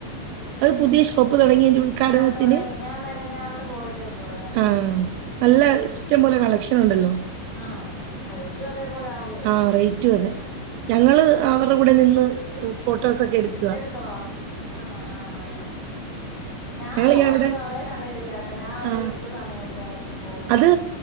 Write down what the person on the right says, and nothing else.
ഒരു പുതിയ ഷോപ്പ് തുടങ്ങിയേന്റ ഉദ്ഘാടനത്തിന്
ആഹ് നല്ല ഇഷ്ടം പോലെ കളക്ഷൻ ഉണ്ടല്ലോ
ആഹ് റേറ്റും അതെ ഞങ്ങള്
അവർടെ കൂടെ നിന്ന് ഫോട്ടോസൊക്കെ എടുത്ത്
ഞങ്ങളിങ്ങനെ
അവിടെ
ആ
അത്